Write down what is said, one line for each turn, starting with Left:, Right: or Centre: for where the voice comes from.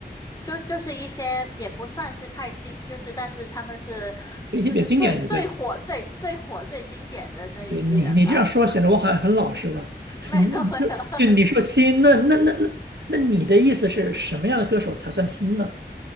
Left: 就就是一些也不算是太新，就是但是他们是
Right: 一些比较经典的，
Left: 就是最最火最最火最经典的那一批人吧。
Right: 对。对你，你这样说显得我好像很老实了。
Left: <laughs> 没有没有，
Right: 嗯，就就你说新，那那那那那你的意思是什么样的歌手才算新呢？